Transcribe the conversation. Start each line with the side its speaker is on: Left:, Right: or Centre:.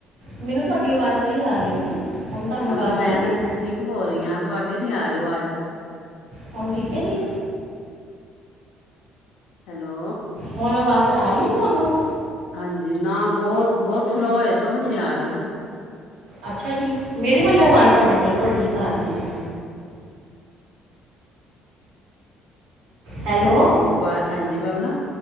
Right: ਮੈਨੂੰ ਤੁਹਾਡੀ ਆਵਾਜ਼ ਸਹੀ ਆ ਰਹੀ ਹੈ ਜੀ ਹੁਣ ਤੁਹਾਨੂੰ
Left: ਹਾਂ
Right: ਆਵਾਜ਼
Left: ਮੈਂ
Right: ਆ ਰਹੀ
Left: ਤੇ
Right: ਹੈ
Left: ਠੀਕ ਬੋਲ ਰਹੀ ਹਾਂ ਤੁਹਾਡੀ ਨੀ ਆ ਰਹੀ ਆਵਾਜ਼
Right: ਫੋਨ ਠੀਕ ਹੈ ਜੀ
Left: ਹੈਲੋ
Right: ਹੁਣ ਆਵਾਜ਼ ਆ ਰਹੀ ਹੈ ਤੁਹਾਨੂੰ
Left: ਹਾਂਜੀ ਨਾ ਬਹੁਤ ਬਹੁਤ ਸਲੋਅ ਹੈ ਸਮਝ ਨੀ ਆ ਰਹੀ ਨਾ
Right: ਅੱਛਾ ਜੀ ਮੇਰੇ ਵੱਲ ਆਵਾਜ਼ ਤੁਹਾਡੀ ਬਿਲਕੁਲ ਠੀਕ ਆ ਰਹੀ ਹੈ ਜੀ ਹੈਲੋ
Left: ਇੱਕ ਮਿੰਟ ਮੈਂ ਬਾਰ, ਹਾਂਜੀ ਮੈਂ ਨਾ